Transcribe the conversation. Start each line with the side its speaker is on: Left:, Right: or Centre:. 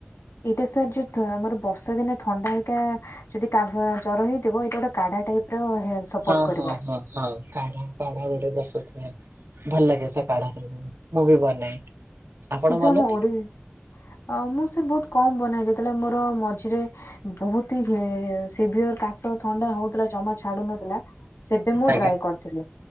Left: ଏଇଟା ସାର୍ ଯୋଉ ତ ଆମର ବର୍ଷା ଦିନ ଥଣ୍ଡା ହେଇଥା ଯଦି କାଜ ଜର ହେଇଥିବ ଏଇଟା ଗୋଟେ କାଢା ଟାଇପର ପୋଟ <unintelligible> ସପୋର୍ଟ
Right: ହଁ
Left: କରିବ।
Right: ହଁ ହଁ ହଁ କାଢା କାଢା ଗୋଟେ ପ୍ରସ୍ତୁତ ହୁଏ ଭଲ ଲାଗେ ସେ କାଢା ମୁଁ ବି ବନାଏ ଆପଣ
Left: କିନ୍ତୁ
Right: ବନାନ୍ତି
Left: ଆମ ଓଡି ଅ ମୁଁ ସାର ବହୁତ କମ ବନାଏ ଯେ ଯେତେଳେ ମୋର ମଝିରେ ବହୁତ ହେ ସିଭିୟର କାଶ ଥଣ୍ଡା ହଉଥିଲା ଜମା ଛାଡୁ ନଥିଲା ସେବେ ମୁଁ
Right: ଆଜ୍ଞା
Left: ଟ୍ରାଏ କରିଥିଲି।